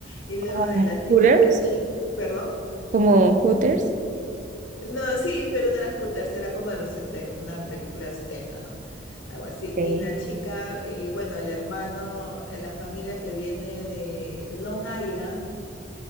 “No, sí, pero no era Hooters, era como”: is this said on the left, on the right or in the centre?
Left